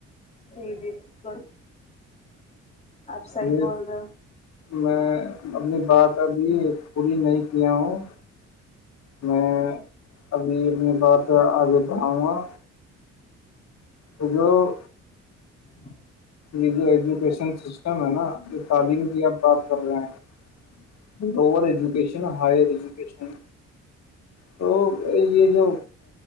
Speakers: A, on the left; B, on the left.
A: جی بالکل آپ صحیح
B: یہ
A: بول رہے ہو
B: میں اپنی بات ابھی پوری نہیں کیا ہوں میں ابھی اپنی بات آگے بڑھاؤں گا ااں
A: ہاں
B: یہ جو ایجوکیشن سسٹم ہے نا یہ تعلیم
A: ہوں
B: کی آپ بات کر رہے ہیں لور ایجوکیشن ہائر ایجوکیشن تو یہ جو